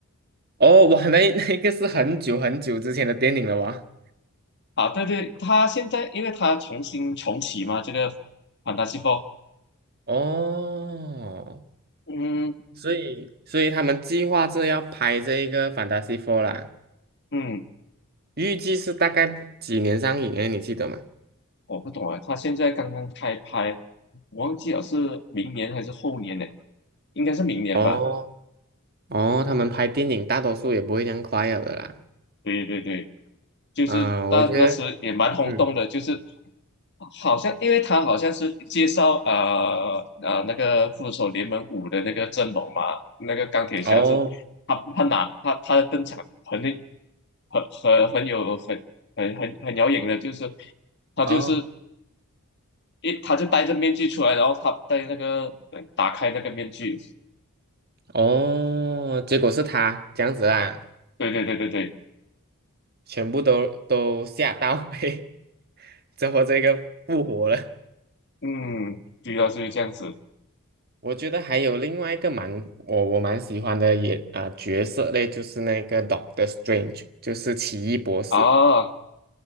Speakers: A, on the right; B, on the left.
A: 哦，哇，那 <laughs> 那个是很久很久之前的电影了哇。
B: 啊，对对，他现在因为他重新重启嘛，这个《f a n t
A: 哦，
B: 嗯
A: 所以所以他们计划着要拍这一个《Fantastic f o r 啦。
B: 嗯，
A: 预计是大概几年上映诶，你记得吗？
B: 我不懂啊，他现在刚刚开拍，我忘记了是明年还是后年呢？应该是明年吧？
A: 哦哦，他们拍电影大多数也不会这样快了的啦。
B: 对对对，就是那那时也蛮轰动的，
A: 啊，我觉得，嗯，
B: 就是好像因为他好像是介绍啊啊、呃呃那个复仇者联盟五的那个阵容嘛，那个钢铁侠是
A: 哦
B: 他他哪他他的登场很那很很很有很很很很耀眼的，就是他就是
A: 哦
B: 一他就戴着面具出来，然后他戴那个呃打开那个面具，
A: 哦，结果是他这样子啦，
B: 对对对对对，
A: 全部都都吓到，<laughs> 嘿，怎么这个复活了？
B: 嗯，主要是这样子
A: 我觉得还有另外一个蛮我我蛮喜欢的也啊、呃角色嘞，就是那个 Doctor Strange，就是奇异博士。
B: 啊，